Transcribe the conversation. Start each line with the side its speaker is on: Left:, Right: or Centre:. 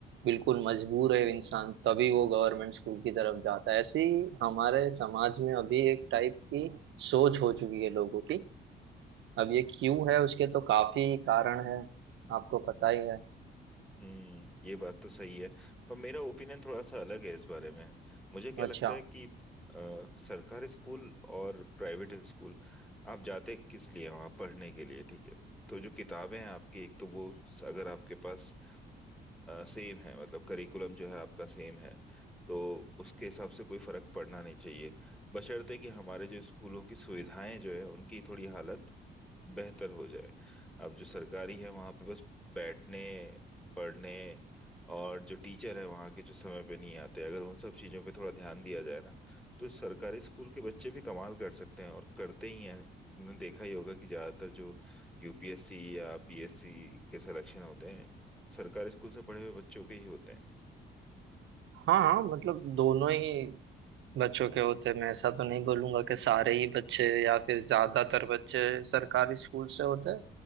Right: बिल्कुल मजबूर है इंसान तभी वो गवर्नमेंट स्कूल की तरफ जाता है ऐसी हमारे समाज में अभी एक टाइप की सोच हो चुकी है लोगों की अब ये क्यों है उसके तो काफी कारण है आपको पता ही है
Centre: हम्म ये बात तो सही है पर मेरा ओपिनियन थोड़ा सा अलग है इस बारे में मुझे क्या
Right: अच्छा
Centre: लगता है कि अ, सरकारी स्कूल और प्राइवेट स्कूल आप जाते किस लिए हैं वहाँ पढ़ने के लिए ठीक है तो जो किताबें हैं आपकी एक तो वो अगर आपके पास सेम है मतलब करिकुलम जो है आपका सेम है तो उसके हिसाब से कोई फर्क पड़ना नहीं चाहिए बशर्ते कि हमारे जो स्कूलों की सुविधाएं जो है उनकी थोड़ी हालत बेहतर हो जाए अब जो सरकारी है वहां पे बस बैठने पढ़ने और जो टीचर है वहां के जो समय पे नहीं आते अगर उन सब चीजों पे थोड़ा ध्यान दिया जाए ना तो सरकारी स्कूल के बच्चे भी कमाल कर सकते हैं और करते ही हैं तुमने देखा ही होगा कि ज्यादातर जो यूपीएससी या पीएससी के सिलेक्शन होते हैं सरकारी स्कूल से पढ़े हुए बच्चों के ही होते हैं
Right: हाँ हाँ मतलब दोनों ही बच्चों के होते हैं मैं ऐसा तो नहीं बोलूंगा कि सारे ही बच्चे या फिर ज्यादातर बच्चे सरकारी स्कूल से होते हैं